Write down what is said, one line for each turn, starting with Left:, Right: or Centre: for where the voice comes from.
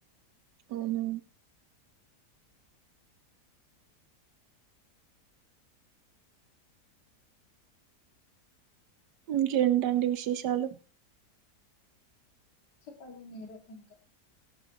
Right: అవున ఇంకేంటండి విశేషాలు.
Left: చెప్పాలి మీరే ఇంకా